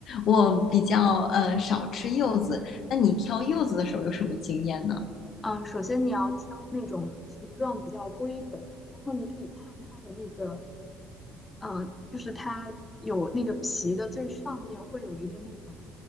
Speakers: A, on the left; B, on the left.
A: 我比较呃少吃柚子。那你挑柚子的时候有什么经验呢？
B: 嗯、首先你要挑那种形状比较规整的，然后你可以看它的那个呃，就是它有那个皮的最上面会有一个那种